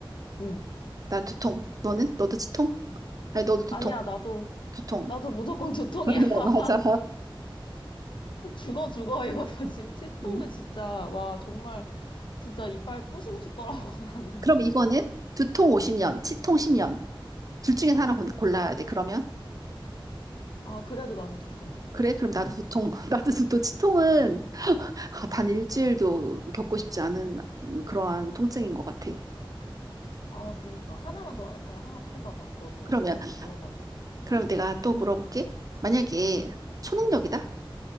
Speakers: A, on the left; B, on the right.
A: 응.
B: 난 두통 너는 너도 치통? 아니 너도 두통
A: 아니야, 나도,
B: 두통.
A: 나도 무조건 두통이야.
B: <laughs>
A: <laughs>
B: 맞아.
A: 죽어, 죽어, 이거 나 지금 치통은
B: 음.
A: 진짜, 와, 정말, 진짜 이빨 부시고 싶더라고, <laughs> 나는.
B: 그럼 이거는 두통 50년, 치통 10년. 둘 중에서 하나 곤- 골라야 돼. 그러면?
A: 아, 그래도 나는 두통.
B: 그래, 그럼 나도
A: 응.
B: 두통. <laughs> 나도 두통. 치통은 아, 단 일주일도 겪고 싶지 않은 음, 그러한 통증인 것 같아.
A: 아, 그니까. 하나만 더, 해- 더 하, 해봐봐. 너도
B: 그러면,
A: 하나 더 물어봐줘.
B: 그럼 내가 또 물어볼게. 만약에 초능력이다?